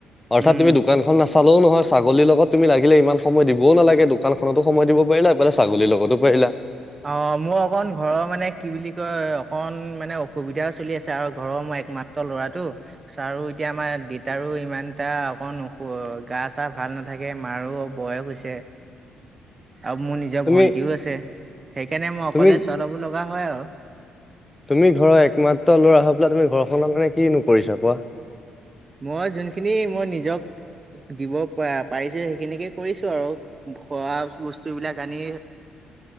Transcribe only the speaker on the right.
উম
অ মোৰ অকণ ঘৰৰ মানে বুলি কি কয় অকণ মানে অ। সুবিধাও চলি আছে আৰু ঘৰৰ মই একমাত্ৰ ল'ৰাটো চ আৰু এতিয়া আমাৰ দেতাৰো ইমান এটা অকণ গা চা ভাল নাথাকে মাৰো বয়স হৈছে। আৰু মোৰ নিজৰ
ভণ্টিও আছে। সেইকাৰণে মই অকলে
চলাব লগা হয় আৰু।
মই যোনখিনি মই নিজক দিব প পাৰিছো সেইখিনিকে। কৰিছোঁ আৰু খোৱা বস্তুবিলাক আনি।